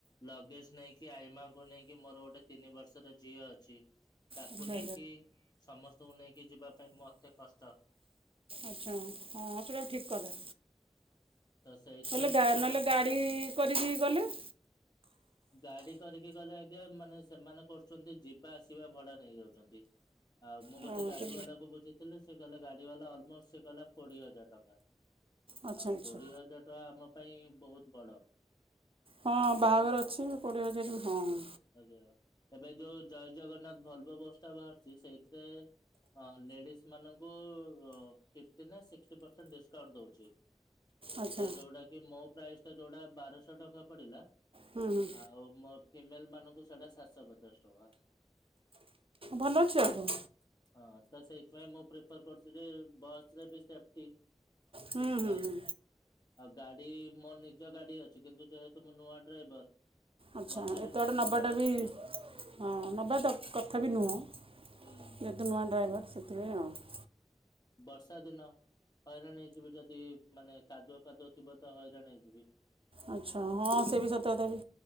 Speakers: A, on the left; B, on the right.
A: ଲଗେଜ ନେଇକି ଆଇମାଙ୍କୁ ନେଇକି ମୋର ଗୋଟେ ତିନି ବର୍ଷର ଝିଅ ଅଛି ତାକୁ
B: ଆଚ୍ଛା
A: ନେଇକି ସମସ୍ ତ ନେଇକି ଯିବା ପାଇଁ ମତେ କଷ୍ଟ
B: ଆଛା ହଁ ସେଟା ବି ଠିକ କଥା
A: ତ ସେଇଥିପାଇଁ
B: ନଲେ
A: ସବୁଠାରୁ
B: ନହଲେ ଗା ଇ କରିକି ଗଲେ।
A: ଗାଡି କରିକି ଗଲେ ଆଜ୍ଞା ମାନେ ସେମାନେ କରୁଛନ୍ତି ଯିବା ଆସିବା ଭଡା ନେଇଇଯାଉଛନ୍ତି। ଆଉ ମୁଁ
B: ହଁ
A: ଗୋଟେ ଗାଡି
B: ସେ
A: ବାଲା କ ବୁଝିଥିଲି ସେ କହିଲ ଗାଡି ବାଲା ଅଲମୋଷ୍ଟ ସେ କହଲା କୋଡିଏ ହଜାର ଟଙ୍କା।
B: ଆଚ୍ଛା
A: ଆଉ
B: ଆଚ୍ଛା
A: କୋଡିଏ ହଜାର ଟଙ୍କା ଆମ ପାଇଁ ବହୁତ ବଡ।
B: ହଁ ବାହାଘର
A: ମୁଁ
B: ଅଛି କୋଡ଼ିଏ ହଜାର ବି ହଁ।
A: ଆଜ୍ଞା ଏବେ ଯୋଉ ଜୟ ଜଗନ୍ନାଥ ଭଲବ ବସଟା ବାହାରିଛି ସେଇଥିରେ ହଁ ଲେଡିଜ ମାନଙ୍କୁ ଫିଫ୍ଟ ନାଁ ସିଷ୍ଟ ପରସେଣ୍ଟ ଡ଼ିସକାଉଣ୍ଟ ଦଉଛି।
B: ଆଚ୍ଛା
A: ତ ଯୋଉଟା କି ମୋ ପ୍ରାଇସ ଟା ଯୋଉଟା ବାରଶହ ଟଙ୍କା ପଡିଲା
B: ହୁଁ ହୁଁ
A: ଆଉ ମୋ ଫିମେଲ ମାନଙ୍କୁ ସେଟା ସାତଶହ ପଚାଶ ଟଙ୍କା।
B: ଭଲ ଅଛି ଆଉ।
A: ହଁ ତ ସେଇଥିପାଇଁ ମୁଁ ପ୍ରିପର କରୁଛି ଯେ ବସରେ ବି ସେପ୍ଟି।
B: ହୁଁ
A: କିଛି
B: ହୁଁ
A: ନାଇଁ।
B: ହୁଁ
A: ଆଉ ଗାଡି ମୋ ନିଜ ଗାଡି ଅଛି କିନ୍ତୁ ଯେହେତୁ ମୁଁ ନୂଆ ଡ୍ରାଇଭର
B: ଆଚ୍ଛା
A: ମତେ
B: ଏତେ
A: ବି ନେଇକି
B: ବାଟ ନବାଟା
A: ଯିବାଟା
B: ବି
A: କଷ୍ଟ
B: ହଁ ନବା ଦ କଥା ବି ନୁହଁ।
A: ହୁଁ।
B: ସେତ ନୂଆ ଡ୍ରାଇଭର୍ ସେଥିପାଇଁ ଆଉ।
A: ବର୍ଷା ଦିନ। ହଇରାଣ ହେଇଯିବେ ଯଦି ମାନେ କାଦୁଅ ଫାଦୁଅ ଥିବ ତ ହଇରାଣ ହେଇଯିବି।
B: ଆଚ୍ଛା ହଁ ସେ ବି ସତ କଥା ବି